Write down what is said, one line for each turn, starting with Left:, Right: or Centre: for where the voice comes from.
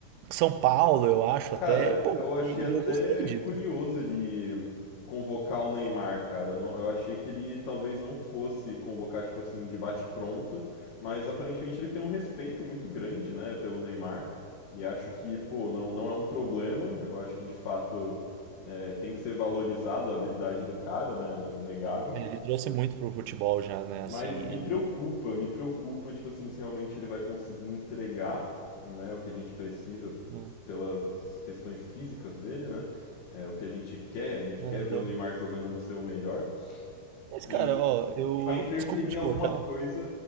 Right: São Paulo, eu acho,
Left: Cara,
Right: até. Pô,
Left: eu achei
Right: e,
Left: até
Right: e eu gostei disso.
Left: curioso ele convocar o Neymar, cara. Eu Não, eu achei que ele talvez não fosse convocar, tipo assim, de bate-pronto, mas aparentemente ele tem um respeito muito grande, né, pelo Neymar. E acho que, pô, não, não é um problema. Eu acho que de fato é, tem que ser valorizado a habilidade do cara, né? Inegável.
Right: né? Ele trouxe muito pro futebol já, né?
Left: Mas
Right: Assim,
Left: me
Right: ele.
Left: preocupa, me preocupa, tipo assim, se realmente ele vai conseguir entregar, né, o que a gente precisa
Right: né?
Left: pelas questões físicas dele, né? É o que a gente quer, a gente
Right: Aham.
Left: quer ver o Neymar jogando no seu melhor.
Right: Mas,
Left: E
Right: cara, ó, eu.
Left: ele vai interferir
Right: Desculpa te
Left: em alguma
Right: cortar.
Left: coisa.